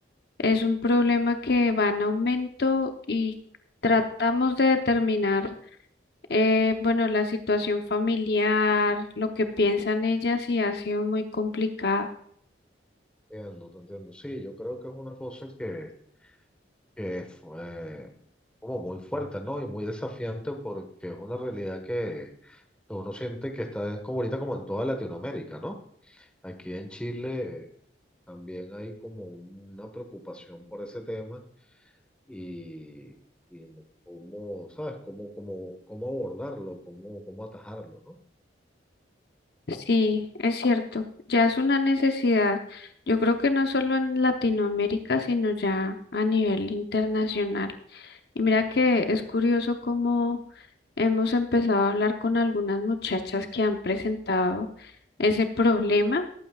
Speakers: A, on the left; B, in the centre.
A: Es un problema que va en aumento y tratamos de determinar, eh, bueno, la situación familiar, lo que piensan ellas y ha sido muy complicado.
B: entiendo, te entiendo. Sí, yo creo que es una cosa que, que fue como muy fuerte, ¿no? Y muy desafiante porque es una realidad que, que uno siente que está en- como ahorita como en toda Latinoamérica, ¿no? Aquí en Chile eh, también hay como una preocupación por ese tema y, y en cómo, ¿sabes? Cómo, cómo, cómo abordarlo, cómo, cómo atajarlo, ¿no?
A: Sí, es cierto, ya es una necesidad, yo creo que no solo en Latinoamérica, sino ya a nivel internacional. Y mira que es curioso cómo hemos empezado a hablar con algunas muchachas que han presentado ese problema